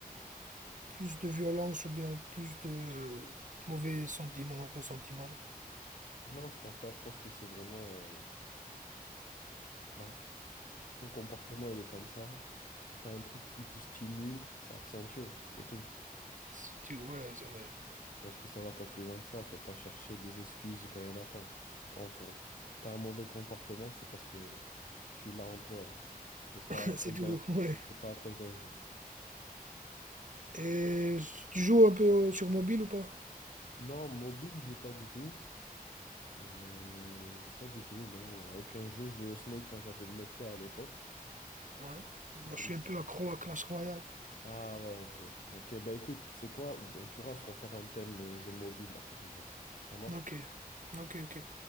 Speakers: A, on the right; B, on the left.
A: plus de violence ou bien plus de mauvais sentiments, ressentiments.
B: Non, je pense pas, je pense que c'est vraiment, euh, bah, ton comportement, il est comme ça, t'as un truc qui te stimule, c'est accentué, c'est tout.
A: Si tu... Ouais, c'est vrai.
B: Je pense que ça va pas plus loin que ça, faut pas chercher des excuses quand il y en a pas. En fond, t'as un mauvais comportement, c'est parce que tu l'as en toi, c'est c'est pas
A: <laughs>
B: à cause
A: C'est tout,
B: d'un-
A: ouais.
B: c'est pas à cause d'un jeu.
A: Et tu joues un peu au- sur mobile ou pas?
B: Non, mobile, je joue pas du tout. Euh, je- pas du tout, non. À aucun jeu, je jouais au Snake quand j'avais le Nokia à l'époque.
A: Ouais.
B: C'était...
A: Moi, je suis un peu accro à Clash Royale.
B: Ah ouais, ok. Ok, bah écoute, c'est quoi? On pourra se refaire un thème euh, jeu mobile la prochaine fois. Ça marche?
A: Ok. Ok, ok.